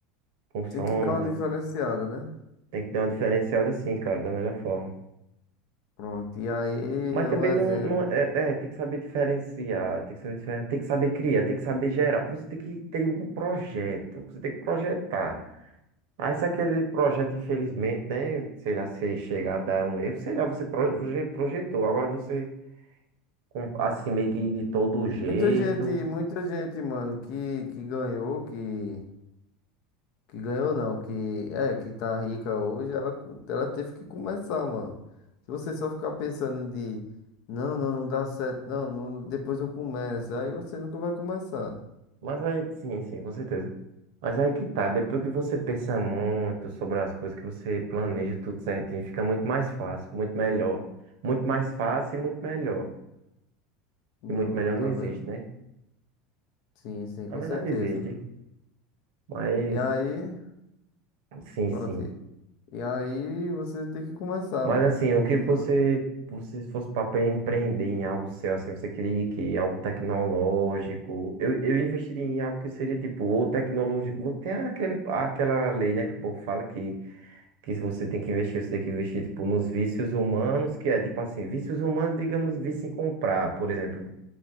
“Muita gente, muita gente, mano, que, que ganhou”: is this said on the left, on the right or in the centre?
Left